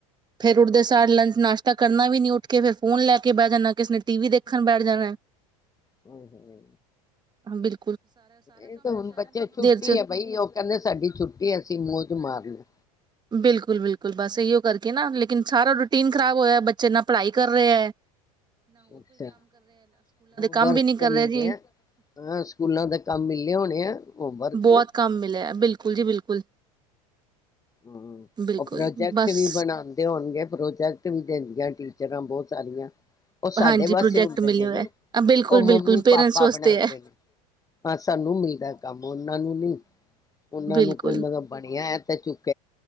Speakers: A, on the right; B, on the left.
A: ਫੇਰ ਉੱਠਦੇ ਸਾਰ ਲੰਚ ਨਾਸ਼ਤਾ ਕਰਨਾ ਵੀ ਨਹੀਂ ਉੱਠ ਕੇ ਫਿਰ ਫੋਨ ਲੈ ਕੇ ਬਹਿ ਜਾਣਾ। ਕਿਸੇ ਨੇ ਟੀ ਵੀ ਦੇਖਣ ਬੈਠ ਜਾਣਾ ਐ।
B: ਓਏ ਹੋਏ।
A: ਹਾਂ ਬਿਲ
B: ਇਹ ਤੇ ਹੁਣ ਬੱਚੇ ਛੁੱਟੀ
A: ਚ
B: ਐ ਬਈ ਉਹ ਕਹਿੰਦੇ ਸਾਡੀ ਛੁੱਟੀ ਐ ਅਸੀ <unintelligible> ਮਾਰਲੇ।
A: ਬਿਲਕੁਲ-ਬਿਲਕੁਲ ਬਸ ਇਹੀਓ ਕਰਕੇ ਨਾ। ਲੇਕਿਨ ਸਾਰਾ ਰੋਟ ਟੀਨ ਖ਼ਰਾਬ ਹੋਇਆ ਬੱਚੇ ਨਾ ਪੜ੍ਹਾਈ ਕਰ ਰਹੇ ਐ।
B: ਅੱਛਾ ਹੋਮਵਰਕ
A: ਕੰਮ ਵੀ ਨੀ ਕਰ
B: ਤੇ ਮਿਲਿਆ,
A: ਰਹੇ ਜੀ
B: ਹਾਂ ਸਕੂਲਾਂ ਦੇ ਕੰਮ ਮਿਲੇ ਹੋਣੇ ਆ। ਹੋਮਵਰਕ
A: ਬਹੁਤ ਕੰਮ ਮਿਲਿਆ ਐ। ਬਿਲਕੁਲ ਜੀ ਬਿਲਕੁਲ।
B: ਹਾਂ
A: ਬਿਲਕੁਲ
B: ਉਹ ਪ੍ਰੋਜੈਕਟ
A: ਬਸ
B: ਵੀ ਬਣਾਉਦੇ ਹੋਣਗੇ। ਪ੍ਰੋਜੈਕਟ ਵੀ ਦਿੰਦੀਆਂ ਟੀਚਰਾਂ ਬਹੁਤ ਸਾਰੀਆਂ ਉਹ ਸਾਡੇ
A: ਹਾਂਜੀ ਪ੍ਰੋਜੈਕਟ
B: ਵਾਸਤੇ ਹੁੰਦੇ
A: ਮਿਲਿਆ
B: ਨੇ
A: ਹੋਇਆ
B: ਨਾ।
A: ਬਿਲਕੁਲ
B: ਉਹ
A: ਬਿਲਕੁਲ
B: ਮੰਮੀ
A: ਪੇਰੈਂਟਸ
B: ਪਾਪਾ
A: ਵਾਸਤੇ
B: ਬਣਾਉਂਦੇ
A: ਹੈ
B: ਨੇ। ਹਾਂ, ਸਾਨੂੰ ਮਿਲਦਾ ਐ ਕੰਮ ਉਹਨਾਂ ਉਹਨਾਂ
A: ਬਿਲਕੁਲ
B: ਨੂੰ ਕੋਈ ਮਤਲਬ ਬਣਿਆ ਐ ਤੇ ਚੁਪ